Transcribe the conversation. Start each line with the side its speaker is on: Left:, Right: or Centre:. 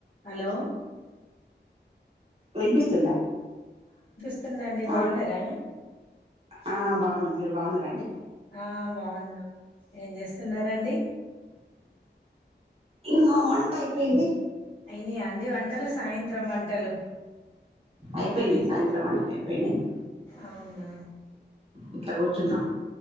Left: Hello
Right: వినిపిస్తుందా
Left: స్తుందండి బాగున్నారా
Right: ఆ ఆ బాగున్నాం మీరు బాగున్నారండి
Left: ఆ బాగున్నాం ఏం చేస్త తిన్నార అండి
Right: ఇంగా వంట అయిపోయింది
Left: అయినయ అండి వంటలు సాయంత్రం వంటలు
Right: ఐపోయ్నయ్ సాయంత్రం వంట లేవ్ పెండింగ్
Left: అవునా
Right: ఇట్ల గూర్చున్నాం
Left: ఇన్